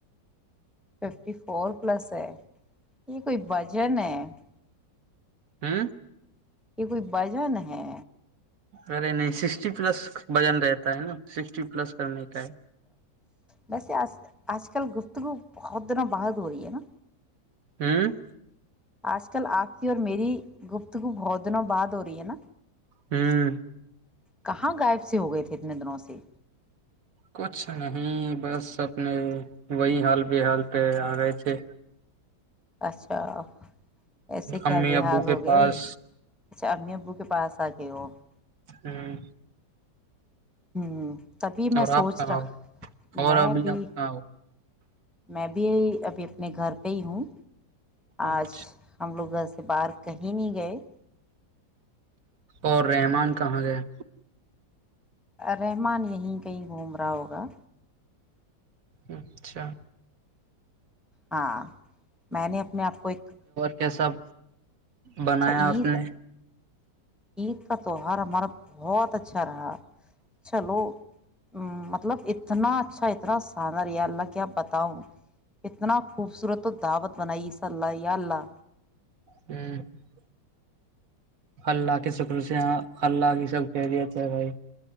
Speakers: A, in the centre; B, on the right (about 50°).
A: ففٹی فور پلس ہے <unintelligible> یہ کوئی وجن ہے <unintelligible>
B: ہوں <unintelligible>
A: یہ کوئی بازن ہے
B: ارے نہیں سکسٹی پلس وجن رہتا ہے نا سکسٹی پلس کرنے کا ہے
A: ویسے آج کل گفتگو بہت دنوں بعرد ہوئی ہے نا
B: ہوں <unintelligible>
A: آج کل آپ کی اور میری گپتگو بہت دنوں بعد ہو رہی ہے نا
B: ہوں <unintelligible>
A: کہاں غائب سے ہو گئے تھے اتنے دنوں سے
B: کچھ نہیں بس اپنے وہی حال ب حال پہ آ رہے تھے
A: اچھا <unintelligible> ایسے کیا
B: امی
A: بحال
B: ابو کے
A: ہو گئے
B: پاس
A: اچھا امی ابو کے پاس آ تو <unintelligible>
B: ہوں <unintelligible>
A: ہوں ہ <unintelligible> <inaudible> تبھی میں
B: اور آپ
A: سوچ
B: کہاں
A: رہا
B: ہو اور
A: میں
B: ابھی
A: بھی
B: آپ کہاں ہو
A: میں بھی ابھی ابھی اپنے گھر پہ ہی ہوں
B: اچھا
A: آج ہم لوگ گس <unintelligible> تو باہر کہیں نہیں گئے
B: اور رحمان کہاں گئے
A: رحمان یہیں کہیں گھوم رہا ہوگا
B: اچھا
A: ہاں میں نے اپنے آپ کو ایک
B: کے سب
A: اچھا
B: بنایا
A: عید
B: اپ نے
A: عید کا تہوار ہمارا بہت اچھا رہا چلو ا مطلب اتنا اچھا اتنا ساندر ہے اللہ کے اب بتا ہوں کتنا خوبصورت تو دعوت بنائیے ص اللہ یا اللہ
B: ہوں <unintelligible> <inaudible> اللہ کے شکر سے یہ اللہ کی سب خیریت ہے بھائی